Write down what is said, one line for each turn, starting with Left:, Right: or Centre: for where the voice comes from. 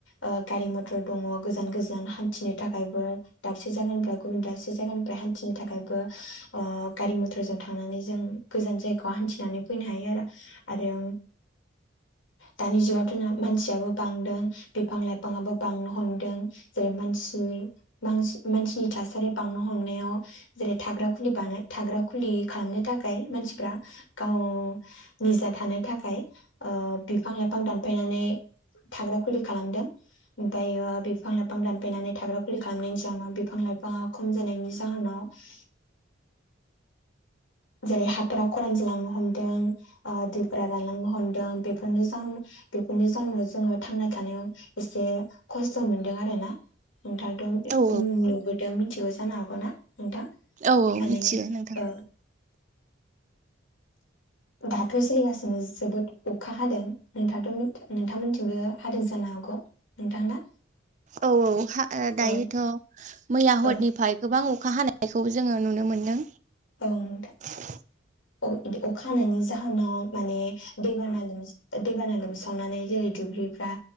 Left: ओ गारि मथर दङ गोजान गोजान हान्थिनो थाखायबो। दाबसे जायगानिफ्राय गुबुन दाबसे जायगानिफ्राय हान्थिनो थाखायबो ओ गारि मथरजों थांनानै जों गोजान जायगाायाव हान्थिनानै फैनो हायो आरो। आरो दानि जुगावथ' मानसियाबो बांदों बिफां लाइफाङाबो बांनो हमदों जेरै मानसिनि मानसिनि थासारिया बांनो हमनायाव जेरै थाग्रा खुलि बानो थाग्रा खुलि खालामनो थाखाय मानसिफ्रा गाव निजा थानो थाखाय ओ बिफां लाइफां दानफायनानै थाग्रा खुलि खालामदों। ओमफायो बिफां लाइफां दानफायनानै थाग्रा खुलि खालामनायनि जाउनाव बिफां लाइफाङा खम जानायनि जाहोनाव जेरै हाफ्रा खरान जालांनो हमदों ओ दैफोरा रानलांनो हमदों बेफोरनो जा बेफोरनि जाउनाव जोङो थांना थानायाव एसे खस्थ' मोनदों आरो ना। नोंथाङाथ'
Right: औ
Left: ओम नुबोदों मिथिगौ जानो हागौना नोंथां?
Right: औ औ
Left: माने
Right: मिथियो नोंथां।
Left: ओ दाथ' सोलिगासिनो जोबोद अखा हादों नोंथां नोंथांआ मोनथिंबो हादों जानो हागौ। नोंथांना?
Right: औ औ हा ओ दायोथ'
Left: औ
Right: मैया
Left: औ
Right: हरनिफाय गोबां अखा हानायखौ जोङो नुनो मोन्दों।
Left: औ नोंथा।
Right: <inaudible>
Left: अ अखा हानायनि जाहोनाव माने दैबाना दैबाना लोमसावनानै जोंनि दुब्लिफ्रा